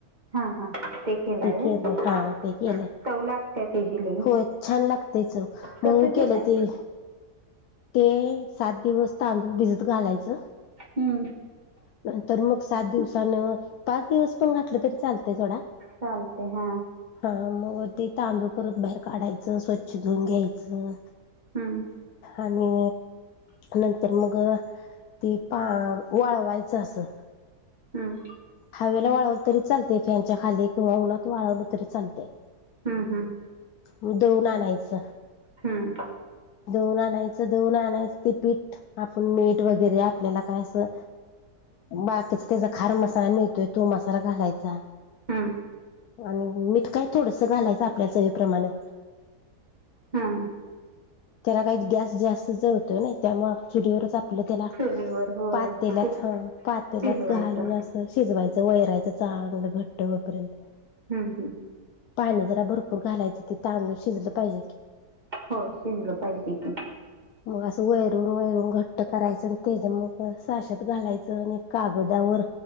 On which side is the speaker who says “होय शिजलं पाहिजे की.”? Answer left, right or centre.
Right